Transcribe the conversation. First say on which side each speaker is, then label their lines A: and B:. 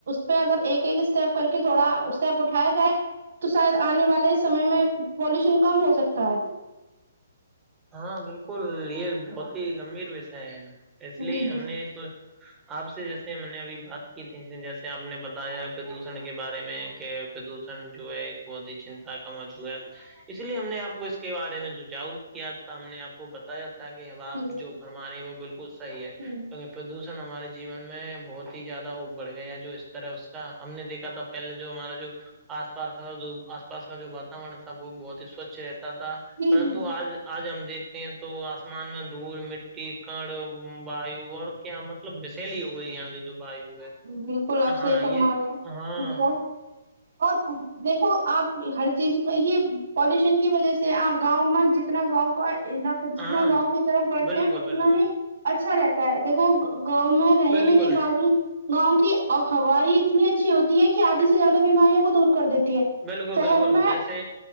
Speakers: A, on the right (about 60°); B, on the right (about 15°).
A: پہ اگر ایک ایک اسٹیپ کر کے تھوڑا اسٹیپ اٹھایا جائے تو شاید آنے والے سمے میں پولوشن کم ہو سکتا ہے
B: ہاں بالکل یہ بہت ہی گمبھیر وشے ہے اس لیے
A: جی جی
B: ہم نے <inaudible> آپ سے جیسے میں نے ابھی بات کی تھی جیسے آپ نے بتایا پردوشن کے بارے میں کہ پردوشن جو ہے ایک بت ہی چنتا کا موجوع ہے اس لیے ہم نے آپ کو اس کے بارے میں جو جاگروک <inaudible> کیا تھا ہم نے آپ کو بتایا تھا کہ ا
A: ٹھیک
B: آپ جو بھرما رہے ہیں وہ بالکل صحیح
A: ہے
B: ہےکہ پردوشن ہمارے جیون میں بہت ہی زیادہ بڑھ گیا جو استر ہے اس کا ہم نے دیکھا تھا پہلے جو ہمارا جو آس پا کا آس پاس کا جو واتاورن تھا وہ بہت ہی سوچھ رہتا تھا <inaudible>
A: ٹھیک
B: پرتو آج <inaudible> آج ہم دیکھتے ہیں تو آسمان میں دھول مٹی کڑ ویو اور کیا مطلب بسلی ہوئی یہاں کی جو وایو ہے
A: بالکل آپ
B: ہاں
A: صحیح
B: یہ
A: فرما رہے
B: ہاں
A: ہیں
B: <inaudible>
A: اور دیکھو آپ ہر چیز میں یہ پالوشن کی وجہ سے آپ گاؤں میں جتنا گاؤں کا علاقہ
B: ہاں
A: جتنا گاؤں کی طرف بڑھتے
B: بالکل
A: ہیں اتنا
B: بالکل
A: ہی اچھا رہتا ہے دیکھو گاؤں میں رہنے
B: بالکل
A: کے باوجود گاؤں کی ہوائی اتنی اچھی ہوتی ہے کہ آدھے سے زیادہ بیماریوں کو دور کر دیتی ہے
B: بالکل
A: شہر
B: بالکل
A: میں
B: ویسے